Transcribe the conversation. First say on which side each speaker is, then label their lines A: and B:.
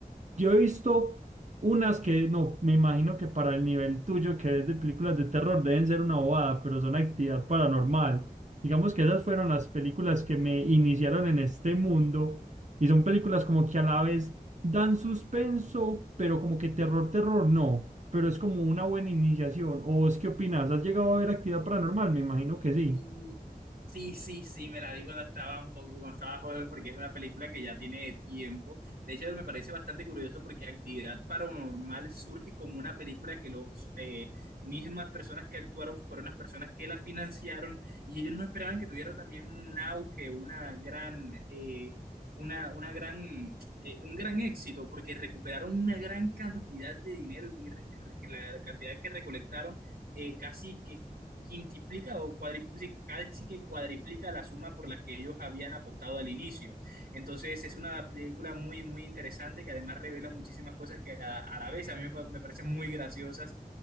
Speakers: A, on the right; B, on the right.
A: Yo he visto unas que, no, me imagino que para el nivel tuyo que es de películas de terror deben ser una bobada, pero son actividad paranormal. Digamos que esas fueron las películas que me iniciaron en este mundo y son películas como que a la vez dan suspenso, pero como que terror, terror no, pero es como una buena iniciación. ¿O vos qué opinas? ¿Has llegado a ver actividad paranormal? Me imagino que sí,
B: Y sí, sí, sí, me la vi cuando estaba un poco, cuando estaba joven, porque es una película que ya tiene tiempo. De hecho, me parece bastante curioso porque Actividad Paranormal surge como una película que los eh, mismas personas que actuaron fueron las personas que la financiaron y ellos no esperaban que tuvieran también un auge, una gran eh, Una, una gran, eh, un gran éxito porque recuperaron una gran cantidad de dinero y re- que la cantidad que recolectaron eh, casi que quintuplica o cuadriplica, casi sí que cuadriplica la suma por la que ellos habían apostado al inicio. Entonces es una película muy, muy interesante que además revela muchísimas cosas que a, a la vez a mí me, pa- me parecen muy graciosas.